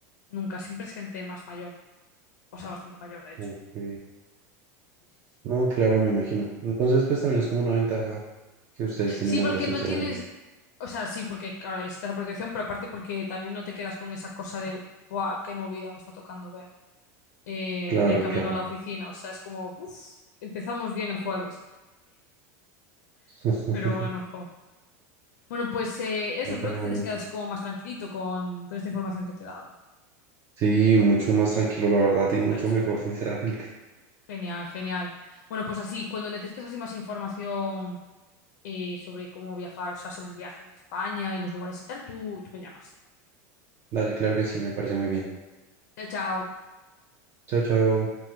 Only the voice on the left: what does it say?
nunca. Siempre es gente más mayor. O sea, bastante mayor, de hecho.
Sí, sí, sí.
Sí, porque
no tienes. O sea, sí, porque claro, está la protección, pero aparte porque también no te quedas con esa cosa de, ¡buah, qué movida me está tocando ver! eh,
de camino
a la oficina. O sea, es como, uff, empezamos bien el jueves.
<laughs> pero bueno, jo. Bueno, pues eh, eso,
espero
que
te hayas quedado así como más tranquilito con, con esta información que te he dado,
Chachi.
Genial, genial. Bueno, pues así, cuando necesites así más información eh, sobre cómo viajar, o sea, sobre el viaje en España y los lugares y tal, tú, tú me llamas.
Chao, chao.